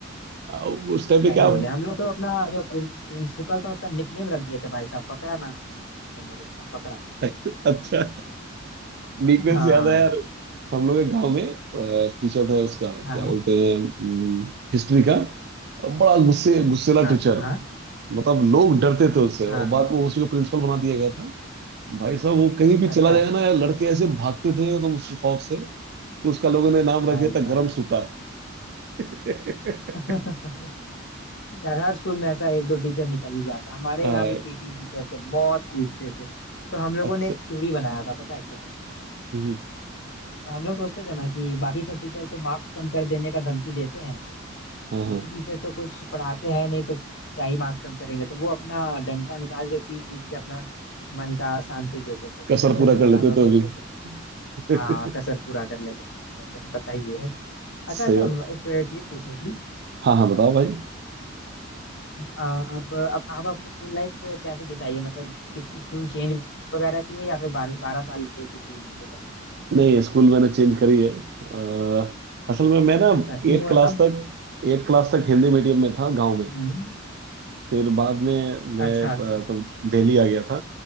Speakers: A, on the right (about 55°); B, on the left (about 60°).
A: हाँ, उस टाइम
B: क्या
A: पे क्या
B: ही बोले हम लोग तो अपना जो प्रिंसिपल था उसका निकनेम रख दिए थे भाई साहब बकरा ना हम लोग उसका बकरा
A: <laughs> अच्छा वीकनेस
B: हाँ
A: याद है यार हम लोग के गांव में टीचर था उसका
B: हाँ
A: क्या बोलते हैं हिस्ट्री का बड़ा गुस्से गुस्सेला
B: हाँ
A: टीचर
B: हाँ
A: मतलब लोग डरते थे उससे
B: हाँ
A: और बाद में उसी को प्रिंसिपल बना दिया गया था भाई साहब वो कहीं भी
B: अच्छा
A: चला जाएगा ना यार लड़के ऐसे भागते थे एकदम उसके खौफ से तो उसका लोगों ने नाम
B: भाई
A: रख दिया था
B: साहब
A: गरम सूता <laughs>
B: <laughs> यार हर स्कूल में ऐसा एक दो टीचर निकल ही जाता हमारे
A: हाँ
B: यहाँ भी पीटी टीचर थे बहुत कूटते थे तो हम लोगों
A: अच्छा
B: ने एक थ्योरी बनाया था पता है क्या
A: हम्म,
B: हम लोग सोचते थे ना कि बाकी सब टीचर तो मार्क्स कम कर देने का धमकी देते हैं
A: हाँ
B: पीटी
A: हाँ
B: टीचर तो कुछ पढ़ाते हैं नहीं तो क्या ही मार्क्स कम करेंगे तो वो अपना डंडा निकाल के पीट पीट के अपना मन का शांति देते थे
A: कसर पूरा
B: <laughs>
A: कर
B: ऐसा
A: लेते
B: हम लोग सोचते
A: तो भी
B: थे
A: <laughs>
B: हाँ कसर पूरा कर लेते थे बताइए अच्छा
A: सही
B: अच्छा
A: बात
B: हम- एक चीज पूछनी थी
A: हाँ हाँ बताओ भाई
B: आ, आप अब आप अपनी स्कूल लाइफ कैसे बिताई है मतलब कितनी स्कूल चेंज वगैरह की है या फिर बारह बारह साल एक ही स्कूल में बिताई
A: नहीं स्कूल मैंने चेंज करी है अ, असल में मैं ना
B: अच्छा क्यों
A: एट
B: और
A: क्लास
B: कब
A: तक एट क्लास तक हिंदी मीडियम में था गांव में
B: हम्म
A: फिर बाद में मैं
B: अच्छा
A: अ,
B: अच्छा
A: तो दिल्ली आ गया था